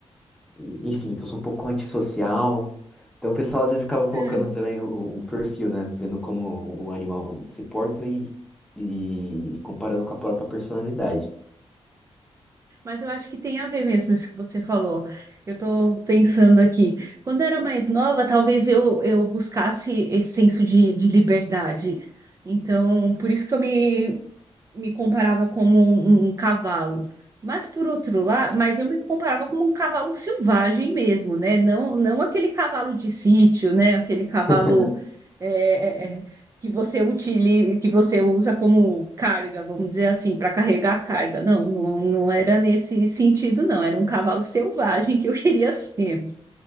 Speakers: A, in the centre; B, on the right.
A: e- enfim, que eu sou um pouco antissocial. Então o pessoal às vezes acaba colocando
B: É,
A: também o, o perfil, né? Vendo como um animal se porta e, e comparando com a própria personalidade.
B: Mas eu acho que tem a ver mesmo isso que você falou. Eu estou pensando aqui. Quando eu era mais nova, talvez eu, eu buscasse esse senso de, de liberdade. Então, por isso que eu me me comparava como um, um cavalo. Mas por outro lado, mas eu me comparava como um cavalo selvagem mesmo, né? Não, não aquele cavalo de sítio, né? Aquele cavalo
A: <laughs>
B: é, é, é, que você utiliza, que você usa como carga, vamos dizer assim, para carregar a carga. Não, não, não era nesse sentido, não. Era um cavalo selvagem que eu <laughs> queria ser.